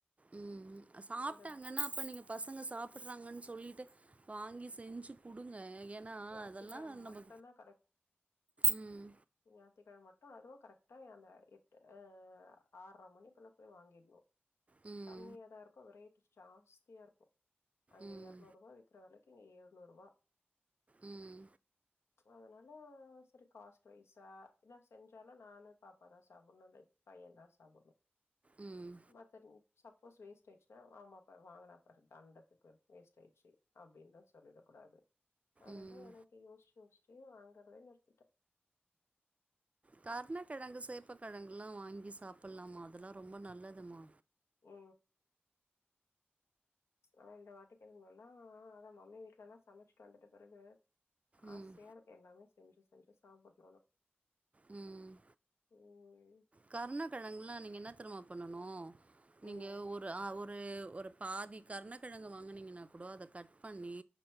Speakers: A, on the right (about 30°); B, on the left (about 90°).
A: ம் ம் சாப்ட்டாங்கன்னா
B: இந்த வருஷம்
A: அப்ப நீங்க பசங்க சாப்பட்றாங்கன்னு சொல்லீட்டு வாங்கி செஞ்சு குடுங்க ஏன்னா
B: ஞாயித்துக்கிழம
A: அதெல்லா நம்ப
B: மட்டும்தான்
A: ம்
B: ஞாத்திகிழம மட்டும் அதும் கரெட்டா எ அந்த எட்டு ஆரர மணிக்குள்ள பொய் வாங்கிட்ணு
A: ம்
B: கம்மியா தா இருக்கும் வெரைட் ஜாஸ்தியாருக்கும் அங்க
A: ம்
B: எர்நூர்ருபா விக் கிற வெலைக்கி இங்க ஏழ்நூர்ருபா
A: ம்
B: அதனால செரி காஸ்ட் வைஸா என்னா செஞ்சாலு நானு பாப்பாதா சாப்புட்ணு வெ பையன் தா சாப்புட்னு
A: ம்
B: மத்தது சப்போஸ் வேஸ்ட் ஆய்ச்சுனா ஆமாப்பாரு வாங்கனா பாரு தண்டத்துக்கு வேஸ்ட் ஆய்ட்ச்சி அப்டின்னு தான் சொல்லிட குடாது அதனால
A: ம்
B: தான் எல்லாத்தி யோஸ்ச்சி யோஸ்ச்சி வாங்கத நிற்த்திட்ட
A: கர்ணகெழங்கு சேப்ப கெழங்கெல்லா வாங்கி சாப்பிட்லாமா அதெல்லா ரொம்ப நல்லதும்மா
B: ஓ ஆன இந்த வாட்டி இதுங்கெல்லா அத மம்மி வீட்லத சமச்சிட் வந்துட்ட பிறகு ஆசையா
A: ம்
B: இருக்கு எல்லாமே செஞ்சு செஞ்சு சாப்புட்ணுன்னு
A: ம்
B: ஓய்
A: கர்ணகெழங்கெல்லா நீங்க என்ன தெரியுமா பண்ணனு நீங்க
B: ம்
A: ஒரு ஆ ஒரு ஒரு பாதி கர்ணகெழங்கு வாங்குனீங்கன்னா கூட, அத கட் பண்ணி